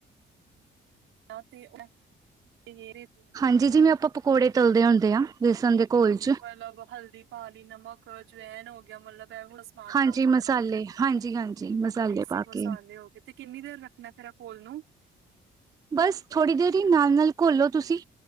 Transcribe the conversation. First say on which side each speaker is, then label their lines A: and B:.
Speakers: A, on the right; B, on the right.
A: ਹ ਤੇ ਉਹ। <inaudible>
B: ਹਾਂਜੀ ਜਿਵੇਂ ਆਪਾਂ ਪਕੌੜੇ ਤਲਦੇ ਹੁੰਦੇ ਆ ਬੇਸਣ ਦੇ ਘੋਲ ਚ।
A: ਮਤਲਬ ਹਲਦੀ ਪਾਲੀ ਨਮਕ ਜਵੈਨ ਹੋ ਗਿਆ ਮਤਲਬ ਸਮਾਨ
B: ਹਾਂਜੀ
A: ਪਾਉਣਾ
B: ਮਸਾਲੇ
A: ਹਨਾ
B: ਹਾਂਜੀ ਹਾਂਜੀ ਮਸਾਲੇ
A: ਬੇਸਿਕ
B: ਪਾ
A: ਮਸਾਲੇ
B: ਕੇ
A: ਹੋ ਗਏ। <inaudible> ਤੇ ਕਿੰਨੀ ਦੇਰ ਰੱਖਣਾ ਫੇਰਰਾ ਕੋਲ ਨੂੰ?
B: ਬਸ ਥੋੜ੍ਹੀ ਦੇਰ ਹੀ ਨਾਲ-ਨਾਲ ਘੋਲੋ ਤੁਸੀਂ।